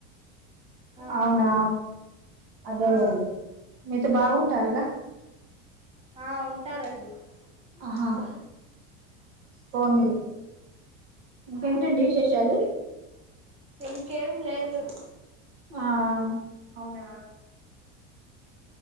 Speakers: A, on the right (about 20°); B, on the right (about 65°).
A: ఆ
B: అవునా అదేలేండి
A: ఆ
B: మీతో బాగుంట టారుగా
A: ఆ ఉంటారంండి
B: ఆహా
A: బ
B: పోనీలే ఇంకేంటండి విశేషాలు
A: ఇంకేం లేదు
B: ఆ అవునా